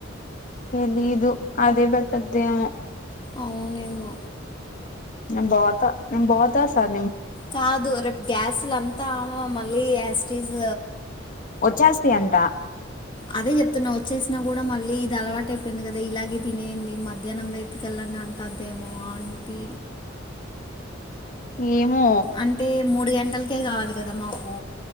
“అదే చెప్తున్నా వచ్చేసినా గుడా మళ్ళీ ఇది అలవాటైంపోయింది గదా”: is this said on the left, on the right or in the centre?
Left